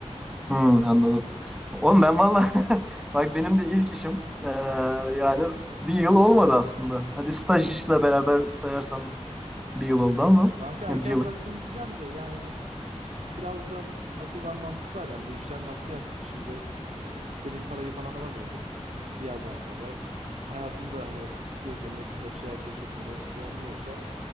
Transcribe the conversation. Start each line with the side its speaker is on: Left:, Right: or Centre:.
Centre: Hı, anladım. Oğlum ben valla <laughs> bak benim de ilk işim e, yani bir yıl olmadı aslında. Hadi staj işle beraber sayarsan bir yıl oldu ama
Right: Kanka
Centre: ya
Right: erken
Centre: bir yıl
Right: bıraktın diyeceğim de yani biraz da akıl var mantık var yani bu işler maddiyat. Şimdi e, istediğin parayı falan alamıyordun. Bir yerden sonra hayatını da hani kısıtlıyor senin ekstra bir şeyler keşfetmeni de önlüyorsa